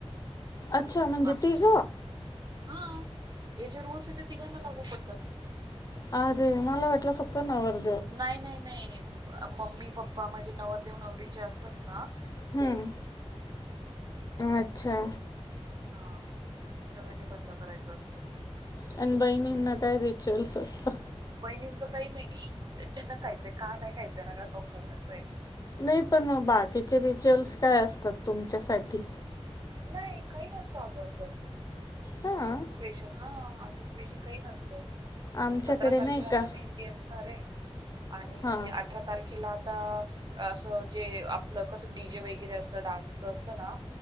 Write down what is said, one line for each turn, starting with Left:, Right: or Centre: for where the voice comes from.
Left: अच्छा, म्हणजे
Right: बाकीचे
Left: तिघ?
Right: हा हे जे, रूल्स ये, ते तिघांना लागू पडतात.
Left: अरे, मला वाटलं, फक्त नवर
Right: नाही नाही नाही, मम्मी पप्पा, म्हणजे नवरदेव- नवरीचे असतात ना,
Left: हं,
Right: ते.
Left: अच्छा.
Right: हा सगळ्यांनी बंद करायच, असतं.
Left: आणि बहिणींना, काय रिच्युअल्स असतात?
Right: बहिणींचं काही नही, ज्यांचं न खायचं खा, नहीं खायचं नका खाऊ, असय.
Left: नही पण मग, बाकीचे रिच्युअल्स काय असतात, तुमच्यासाठी?
Right: नही, काही नसतं अगं, असं.
Left: हां
Right: स्पेशल हं, असं स्पेशल काही नसतं,
Left: आमच्याकडे
Right: सतरा तारखेला
Left: नाही
Right: आता
Left: का
Right: मे दि असणारेय, आणि
Left: हां.
Right: अठरा तारखेला, आता असं, जे आपलं, कसं डी जे वगैरे असतं, डान्सच असत ना?